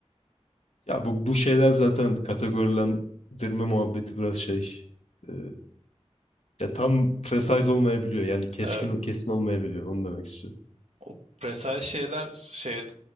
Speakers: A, on the left; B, on the right.
A: Ya bu, bu şeyler zaten kategorilendirme muhabbeti biraz şey. e, ya tam precise olmayabiliyor. Yani keskin
B: Evet,
A: kesin olmayabiliyor. Onu demek istiyorum.
B: o presel şeyler şey